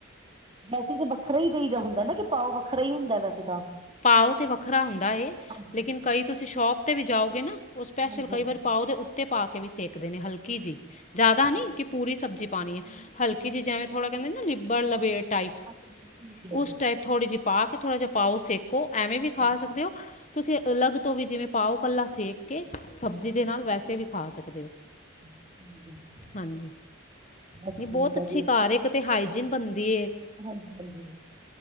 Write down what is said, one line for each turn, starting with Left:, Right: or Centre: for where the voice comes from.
Right: ਵੈਸੇ ਤੇ ਵੱਖਰਾ ਈ ਦੇਈ ਦਾ ਹੁੰਦਾ ਨਾ ਕਿ ਪਾਓ ਵੱਖਰਾ ਈ ਹੁੰਦਾ ਵੈਸੇ ਤਾਂ।
Left: ਪਾਓ ਤੇ ਵੱਖਰਾ ਹੁੰਦਾ ਏ,
Right: ਹਾਂਜੀ
Left: ਲੇਕਿਨ
Right: ਹਾਂਜੀ
Left: ਕਈ ਤੁਸੀ ਸ਼ੋਪ ਤੇ ਵੀ ਜਾਓਗੇ ਨਾ ਓ ਸਪੈਸ਼ਲ
Right: ਹਾਂਜੀ
Left: ਕਈ
Right: ਹਾਂਜੀ
Left: ਵਾਰੀ ਪਾਓ ਦੇ ਉੱਤੇ ਪਾ ਕੇ ਵੀ ਸੇਕਦੇ ਨੇ ਹਲਕੀ ਜੀ। ਜਾਦਾ
Right: ਅੱਛਾ
Left: ਨੀ
Right: ਜੀ
Left: ਕਿ ਪੂਰੀ ਸਬਜ਼ੀ ਪਾਣੀ ਏ, ਹਲਕੀ
Right: ਅੱਛਾ
Left: ਜੀ ਜੈਵੇਂ ਥੋੜਾ ਕਹਿੰਦੇ ਨੇ ਲਿਬੜ ਲਬੇੜ। ਟਾਈਪ,
Right: ਅੱਛਾ ਜੀ, ਠੀਕ ਹੈ ਜੀ
Left: ਉਸ ਟਾਈਪ ਥੋੜ੍ਹੀ ਜਿ ਪਾ ਕੇ ਥੋੜਾ ਜਿਹਾ ਪਾਓ ਸੇਕੋ, ਐਵੇਂ ਵੀ ਖਾ
Right: ਹਾਂਜੀ
Left: ਸਕਦੇ ਓ। ਤੁਸੀ ਅਲੱਗ ਤੋਂ ਵੀ ਜਿਵੇਂ ਪਾਓ ਕੱਲਾ ਸੇਕ ਕੇ ਸਬਜ਼ੀ
Right: ਹਾਂਜੀ ਹਾਂਜੀ,
Left: ਦੇ ਨਾਲ ਵੈਸੇ ਵੀ ਖਾ ਸਕਦੇ ਓ।
Right: ਠੀਕ ਹੈ ਜੀ।
Left: ਹਾਂਜੀ,
Right: ਬਸ
Left: ਨਈ
Right: ਠੀਕ
Left: ਬੋਤ
Right: ਹੈ
Left: ਅੱਛੀ ਘਰ ਏਕ ਤੇ ਹਾਈਜੀਨ ਬਨਦੀ ਏ।
Right: ਹਾਂਜੀ-ਹਾਂਜੀ।